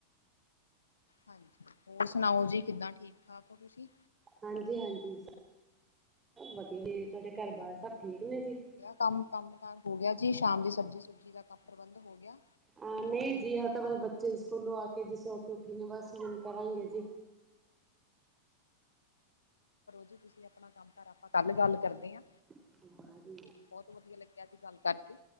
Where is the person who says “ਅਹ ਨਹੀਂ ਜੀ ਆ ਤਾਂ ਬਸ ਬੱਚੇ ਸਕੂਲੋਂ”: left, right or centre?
Right